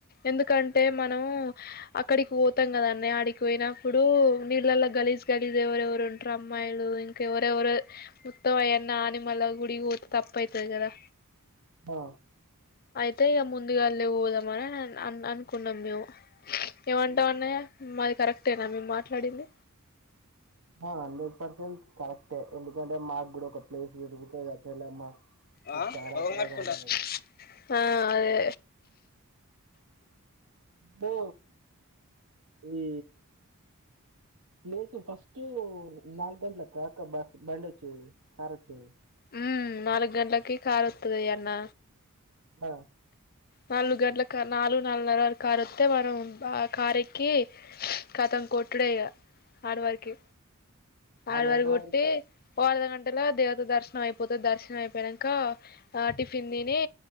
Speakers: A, on the left; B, on the right.
A: ఎందుకంటే మనం అక్కడికి పోతాం కదా అన్నయ్య ఆడికి పోయినప్పుడు నీళ్ళల్ల గలీజ్ గలీజ్ ఎవరెవరు ఉంటారు అమ్మా మైలు ఇంకా ఎవరెవరు మొత్తం అయన్ని ఆనిమల్ల గుడికి పోతే తపైతది కదా
B: ఆ
A: అంతే ఇగ ముందుగాళ్ళే పోదామని అని అనుకున్నాం మేము ఏమంటావ్
B: ఏమైంది?
A: అన్నయ్య మాది కరెక్టేనా మేము మాట్లాడింది
B: హ హండ్రెడ్ పర్సెంట్ కరెక్టే ఎందుకంటే మాగ్గుడ ప్లేస్ తిరుగుతది కద చెల్లెమ్మ
A: ఆ
B: చాల
A: మొఖం
B: <unintelligible>
A: కడుక్కుంటా ఆ అదే
B: పో ఈ ఏ ఫస్ట్టు నల్ గంట్లక అక్క బ బండోచ్చింది కారోచ్చింది
A: మ్ నాలుగు గంటలకి కార్ ఒత్తది అన్న
B: ఆ
A: నాలుగు గంటల క్ నాలుగు నాలుగున్నర వరకు కారోస్తే మనం ఆ కారెక్కి కతం కొ ఎక్కుడే ఇగ ఆడివారికి ఆడివారికి
B: ఆరు గంటల
A: కొట్టి
B: వరకు
A: ఒ అర్థగం టలా దేవత దర్శనం అయిపోతది దర్శనం అయిపోయినంకా ఆ టిఫిన్ తిని